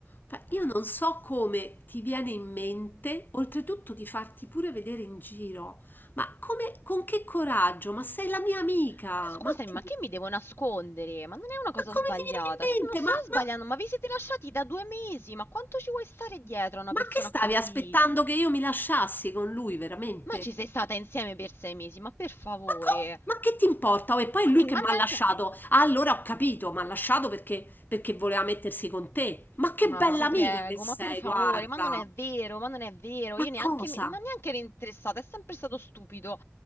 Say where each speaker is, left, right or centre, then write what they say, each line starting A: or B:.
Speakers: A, on the left; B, on the left.
A: Fa- Io non so come ti viene in mente, oltretutto di farti pure vedere in giro, ma come, con che coraggio? Ma sei la mia amica,
B: Ma scusami,
A: ma, te-
B: ma che mi devo nascondere? Ma non è una cosa
A: ma come
B: sbagliata.
A: ti viene in mente?
B: Cioè, non sto
A: Ma, ma-
B: sbagliando, ma vi siete lasciati da due mesi. Ma quanto ci vuoi stare dietro a una
A: ma
B: persona
A: che stavi
B: così?
A: aspettando che io mi lasciassi con lui, veramente?
B: Ma ci sei stata insieme per sei mesi, ma per favore.
A: Ma, co- ma che ti importa? Oh, e poi
B: Ma,
A: è lui
B: mi-
A: che
B: ma
A: mi
B: neanche.
A: ha lasciato. Ah, allora ho capito, mi ha lasciato perché, perché voleva mettersi con te. Ma che
B: Ma
A: bella
B: ti
A: amica
B: prego,
A: che sei,
B: ma per favore,
A: guarda.
B: ma non è vero, ma non è vero,
A: Ma
B: io neanche,
A: cosa?
B: mi- ma neanche ero interessata, è sempre stato stupido.